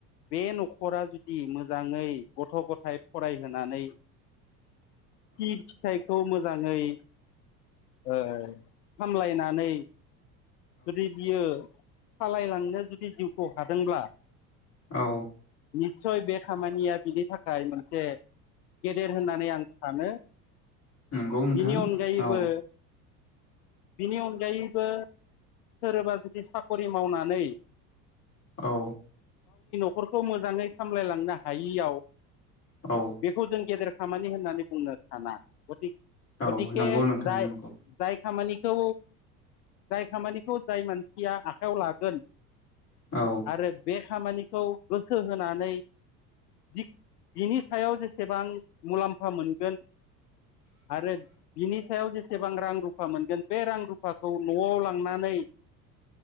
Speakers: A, on the left; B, on the left.
A: बे न'खरा जुदि मोजाङै गथ' गथाय फरायहोनानै <unintelligible> फिथाइखौ मो मोजाङै ओ सामलायनानै जुदि बियो सालायलांनो जुदि जिउखौ हादोंब्ला
B: औ
A: सय बे खामानिया बिनि थाखाय मोनसे गेदेर होननानै आं सानो
B: नंगौ नोंथां
A: बिनि अनगायैबो
B: औ
A: बिनि अनगायैबो सोरबा जुदि साखरि मावनानै
B: औ
A: खर खौ मोजाङै सामलायलांनो हायियाव
B: औ
A: बेखौ जों गेदेर खामानि होननानै बुंनो साना गथि
B: औ
A: गथिके
B: नंगौ नोंथां
A: जाय
B: नंगौ
A: जाय खामानिखौ जाय खामानिखौ जाय मानसिया आखायाव लागोन
B: औ
A: आरो बे खामानिखौ गोसो होनानै <unintelligible> बिनि सायाव जेसेबां मुलाम्फा मोनगोन आरो बिनि सायाव जेस सेबां रां रुफा मोनगोन बे रां रुफाखौ न'आव लांनानै।